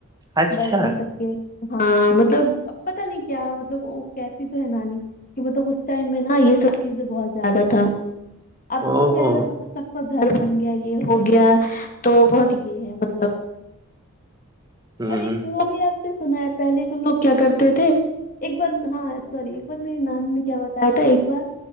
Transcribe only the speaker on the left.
مطلب کہ ہاں مطلب پتا نہیں کیا مطلب وہ کہتی تو ہے نانی کہ مطلب اس ٹائم میں نا یہ سب چیزیں بہت زیادہ تھا اپ
تو کہہ
رہے مطلب گھر بن گیا یہ ہو گیا تو بہت یہ ہے مطلب
اور ایک وہ بھی آپ نے سنایا پہلے کے لوگ کیا کرتے تھے ایک بار ہاں سوری ایک بار میری نام نے کیا بتایا تھا ایک بار